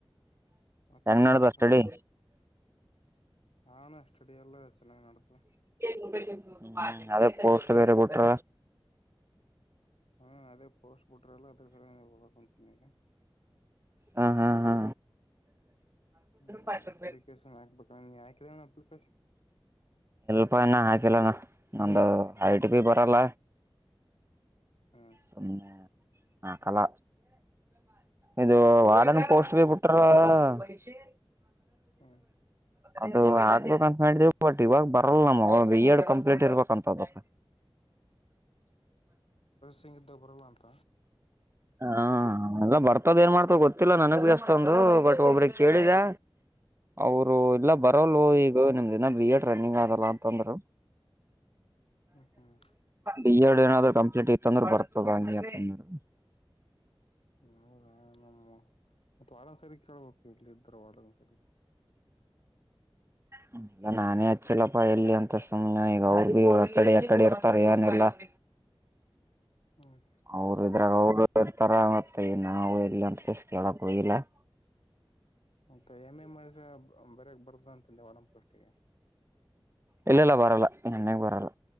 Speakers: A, on the left (about 85°); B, on the right (about 25°).
A: ಮತ್ತೇನ್
B: ಹೆಂಗ್ ನೆಡಿತಾವ್
A: ನಡ್ದಣ
B: ಸ್ಟಡಿ.
A: ಹಾ ಅಣ್ಣ ಸ್ಟಡಿ ಎಲ್ಲ. ಚೆನ್ನಾಗ್ ನಡ್ದದ
B: ಹ್ಮ ಅದೇ ಪೋಸ್ಟ್ ಬೇರೆ ಬುಟ್ರ.
A: ಹ್ಮ ಅದೇ ಪೋಸ್ಟ್ ಬಿಟ್ರಲ್ಲ ಅದ್ರ ಸಲ ಹೊಡಕುಂತಿನ್ ಇಗ.
B: ಹ ಹಾ ಹಾ.
A: ಹ್ಮ
B: ಹಾ
A: ಅಪ್ಲಿಕೇಶನ್ ಆಕ್ಬೇಕ ನೀ ಅಕಿದೆನಣ್ಣ ಅಪ್ಲಿಕೇಶನ್.
B: ಅಪ್ಪ ನಾ ಹಾಕಿಲ್ಲ ನ ನಂದು ಐ ಟಿ ಪಿ ಬರಲ್ಲ.
A: ಹ್ಮ್
B: ಸುಮ್ನೆ ಅಕಲ್ಲ. ಇದು ವಾರ್ಡನ್
A: ಐಡಿ ಬರಲ್ಲ
B: ಪೋಸ್ಟ್ ಗೇ ಬುಟ್ಟಾರಲ. <unintelligible>
A: ಹ್ಮ್
B: ಅದು ಆಗ್ಬೇಕಂತ್ ಮಾಡ್ದೆ ಬಟ್ ಇವಾಗ ಬರಲ್ ನಾಮವು ಬಿ ಎಡ್ ಕಂಪ್ಲೀಟ್ ಇರ್ಬೇಕಂತದಕ್. <inaudible>
A: <unintelligible> ಇದಾಗ ಬರಲ್ಲ ಅಂತ.
B: ಹಾ ಅದ ಬರ್ತದ ಏನ್ ಮಾಡ್ತಾವ್ ಗೊತ್ತಿಲ್ಲ ನನಗು ಅಷ್ಟೊಂದು ಬಟ್ ಒಬ್ರಿಗ್ ಕೇಳಿದೆ. ಅವ್ರು ಇಲ್ಲ
A: ಹ್ಮ್
B: ಬರೋಲೋ ಈಗ ನಿಮ್ದಿನ ಬಿ ಎಡ್ ರನ್ನಿಂಗ್ ಆದಲ್ಲ ಅಂತಂದ್ರು.
A: ಹ್ಮ್ ಹ್ಮ್
B: ಬಿ ಎಡ್ ಏನಾದ್ರು ಕಂಪ್ಲೀಟ್ ಇತಂದ್ರೆ. <unintelligible>
A: ಹೌದ ನಮ್ಮ ವಾರ್ಡನ್ ಸರ್ರಿಗ್ ಕೇಳ್ಬಕು ಇಲ್ಲಿ ಇದ್ರು ವಾರ್ಡನ್ ಸರ್.
B: ಹ್ಮ್ಮ್ ನಾನೇ ಹಚ್ಚಿಲ್ಲಪ್ಪಾ ಎಲ್ಲಿ ಅಂತ ಸುಮ್ನೆ ಈಗ ಅವರು ಅಕಡೆ ಯಕಡೆ ಇರ್ತಾರ್ ಏನಿಲ್ಲ. <inaudible>
A: ಹ್ಮ.
B: ಅವರು ಇದ್ರಾಗ ಅವರು ಇರ್ತಾರ ಮತ್ತೆ ನಾವು ಎಲ್ಲಿ ಅಂತ ಕೆಸ್ ಕೇಳಕ್ ಹೋಗಿಲ್ಲ. <inaudible>
A: ಮತ್ತ ಎಮ್ ಎ ಮಾಡಿದ್ರ ಬರಿಯಾಕ್ ಬರ್ದ ಅಂತ್ ಅಂದ್ರ ವಾರ್ಡನ್ ಪಾಸ್ಟಿಗೆ.
B: ಇಲ್ಲ ಇಲ್ಲ ಬರಲ್ಲ ಎಮ್ ಎ ಬರಲ್ಲ.